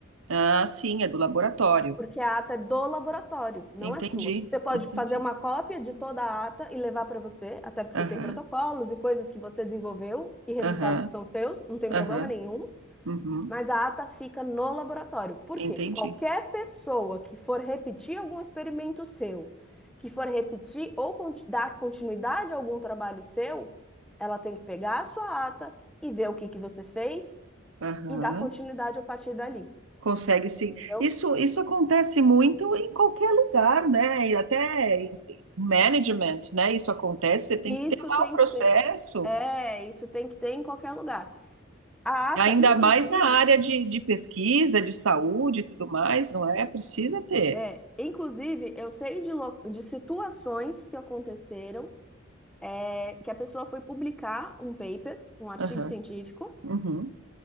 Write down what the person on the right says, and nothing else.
Ah, sim, é do laboratório.
Entendi,
entendi.
Aham,
aham,
aham,
uhum,
entendi.
Aham.
Consegue sim.
Isso, isso acontece muito em qualquer lugar, né? E até em em management, né? Isso acontece, você tem
que ter lá
o processo,
ainda
mais na área de, de pesquisa, de saúde e tudo mais, não é? Precisa ter.
Aham,
uhum,